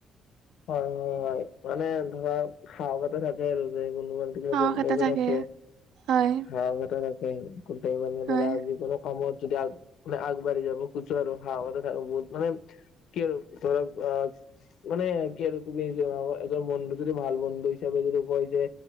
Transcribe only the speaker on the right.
সাহস
এটা
থাকে
হয়
হয়